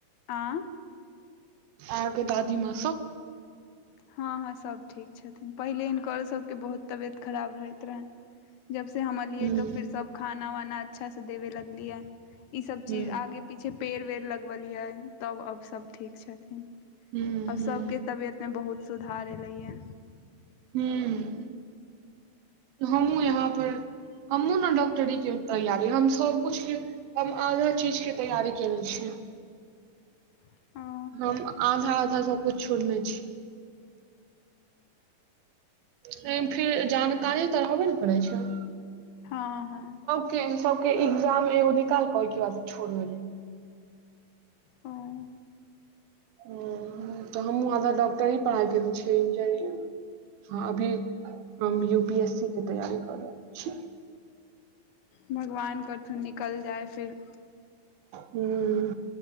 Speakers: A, on the left; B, on the right.
A: आं
B: आरब के दादी मां सब।
A: हं-हं सभ ठीक छथिन, पहिले हिनकरो सभके बहुत तबियत खराब रहैत रहनि। जबसं हम अलियै
B: हुँ,
A: त फिर सब खाना वाना अच्छासे देबे लगलियै, ईसभ
B: हुँ,
A: चीज आगे पीछे पेड़ वेड़ लगवल ये, तब अब सब ठीक छथिन,
B: हुँ,
A: अब
B: हुँ,
A: सबके तबियत में बहुत सुधार ऐलये।
B: हुं हमहुँ यहाँ पर हमहुं न डॉक्टरी के तैयारी, हम सबकुछ के हम आधा चीज के तैयारी केनेे छी।
A: ओ
B: हम आधा -आधा सब कुछ छोड़ने छी। एहिमे फिर जानकारी त रहबे ने परे छय।
A: हं- हं।
B: <unintelligible> सब के एग्जाम एगो निकाल क, ओहिके बाद छोड़ देलिये।
A: हं।
B: ओ त हमु आधा डॉक्टरी, पढाइ केने छीय इंजरिंग। हां अभी हम यू पी एस सी के तैयारी कर रहल छी।
A: भगवान करथुन निकल जाय फेर।
B: हूं